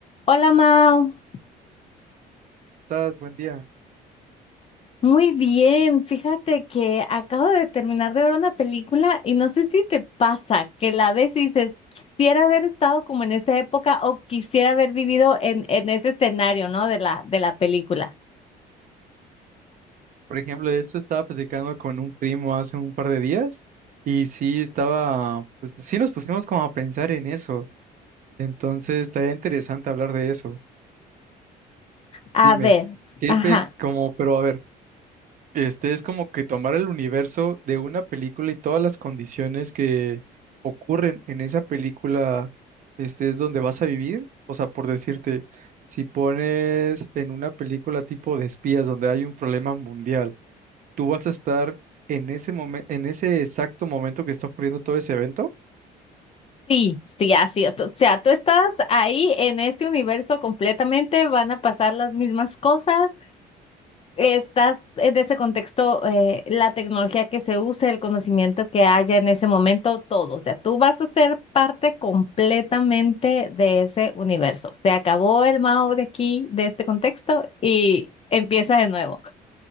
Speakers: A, on the left; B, on the right.
A: Hola Mau,
B: Estás, buen día.
A: muy bien. Fíjate que acabo de terminar de ver una película y no sé si te pasa que la ves y dices, quisiera haber estado como en esa época o quisiera haber vivido en, en ese escenario, ¿no? De la, de la película.
B: Por ejemplo, eso estaba platicando con un primo hace un par de días y sí estaba, pues sí nos pusimos como a pensar en eso. Entonces, estaría interesante hablar de eso.
A: A
B: Dime,
A: ver,
B: ¿qué
A: ajá,
B: pe- como, pero a ver, este es como que tomar el universo de una película y todas las condiciones que ocurren en esa película, este es donde vas a vivir. O sea, por decirte, si pones en una película tipo de espías donde hay un problema mundial ¿Tú vas a estar en ese momento, en ese exacto momento que está ocurriendo todo ese evento?
A: sí, sí, así. es. O sea, tú estás ahí en este universo completamente, van a pasar las mismas cosas Estás en ese contexto, eh, la tecnología que se use, el conocimiento que haya en ese momento, todo. O sea, tú vas a ser parte completamente de ese universo. Se acabó el Mao de aquí, de este contexto, y empieza de nuevo.